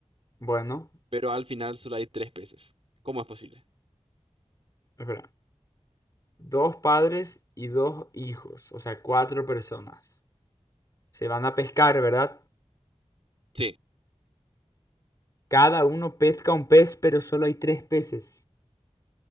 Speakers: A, on the left; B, on the right.
A: bueno,
B: pero al final solo hay tres peces. ¿Cómo es posible?
A: espera. Dos padres y dos hijos, o sea, cuatro personas. Se van a pescar, ¿verdad?
B: Sí.
A: Cada uno pesca un pez, pero solo hay tres peces.